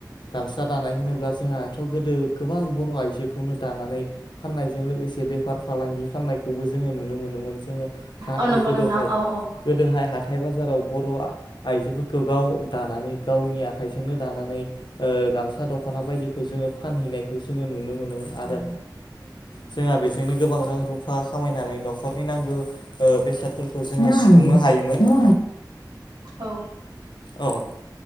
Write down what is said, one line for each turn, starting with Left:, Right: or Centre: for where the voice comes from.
Left: गामसा दानाय होनोब्ला जोंहाथ' गोदो गोबां बर' आइजोखौनो दानानै फाननायजों लोगोसे बेफार फालांगि खालामनायखौबो जोङो नुनो मोनोमोन जोङो। गोदोहाय
Right: औ नंगौ नोंथां औ औ
Left: गोदोहाय हा थाइ बाजाराव बर' आइजोफोर खौ गाव दानानै गावनि आखाइजोंनो दानानै गामसा दखना बायदिखौ जोङो फानहैनायखौ जोङो नुनो मोनोमोन आरो जोंहा बेजोंनो गोबां रां रुफा खामायनानै न'खरनि नांगौ बेसादफोरखौ जोङो सुफुंनो हायोमोन।
Right: औ।
Left: औ।